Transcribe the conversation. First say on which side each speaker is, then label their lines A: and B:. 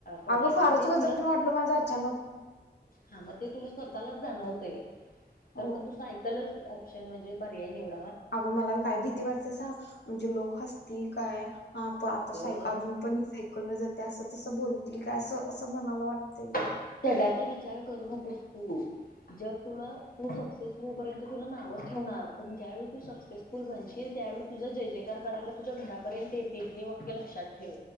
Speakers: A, on the left (about 55°); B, on the left (about 75°).
A: पडलाय
B: अगं फारच
A: मग ते
B: वजन
A: तुला
B: वाढल माझं अचानक
A: हा मग ते तुला <unintelligible> स्वतःलाच जाणवतय तर
B: हो
A: मग तु सायकलच ऑप्शन म्हणजे पर्याय निवड
B: अगं मला काय भीती वाटतेय सांग म्हणजे लोक हसतील काय हा प आता
A: बघ
B: सायक अजून पण सायकल न जात ते असं तसं बोलतील काय असं असं मनाला वाटतय
A: जगाचा विचार करू नकोस तू जग तुला तू सक्सेस होऊ पर्यंत तुला नावच ठेवणार पण ज्यावेळी तू सक्सेसफुल बनशील त्यावेळी तुझा जय जयकार करायला तुझ्या घरापर्यंत येतील हे वाक्य लक्षात ठेव